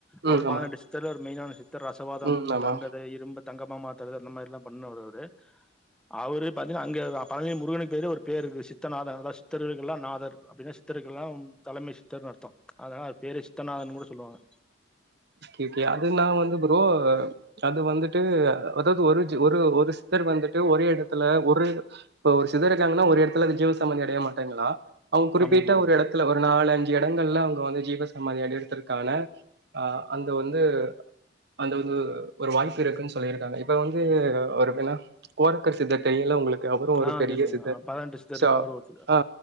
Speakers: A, on the right; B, in the centre.
A: ம்
B: அவர்
A: ஆமா.
B: பதினெட்டு சித்தர்ல ஒரு மெயினான சித்தர் ரசவாதம்
A: ம்
B: இந்த
A: ஆமா.
B: தங்கது இரும்பத் தங்கமா மாத்தறது அந்த மாரிலா பண்ணவரரு அவரு அவரு பாத்தீங்ன்னா அங்க அ பழனி முருகனுக்கு பதிலா ஒரு பேரு இருக்கு சித்தநாத அதா சித்தர்களுக்கெல்லா நாதர் அப்டின்னா சித்தருகெல்லாம் தலைமை சித்தர் அர்த்தோ அதனா அது பேரே சித்தநாதன் கூட சொல்லுவாங்க
A: கேக்கே அது நாங்க வந்து ப்ரோ அது வந்துட்டு அதாவது ஒரு ஒரு ஒரு சித்தர் வந்துட்டு ஒரே எடத்துல ஒரு இப்ப ஒரு சிதர் இருக்காங்ன்னா ஒரு எடத்துல அது ஜீவ சமாதி அடைய மாட்டாங்ளா அவுங்க குறிப்பிட்ட
B: ஆமாமா ஆமா
A: ஒரு எடத்துல ஒரு நாலு அஞ்சு எடங்கள்ல அவுங்க வந்து ஜீவ சாமதி அடயற்த்துக்கான ஆ அங்க வந்து அந்த வந்து ஒரு வாய்ப்பு இருக்குன் சொல்லிருக்காங்க இப்ப வந்து ஒரு எப்னா கோரக்கர் சித்தர் தெரியுல உங்களுக்கு அவரு
B: ஆ
A: பெரிய
B: தெரியு
A: சித்தர்
B: பதினெட்டு சித்தர்ல
A: சோ
B: அவரு ஒருத்தரு
A: அ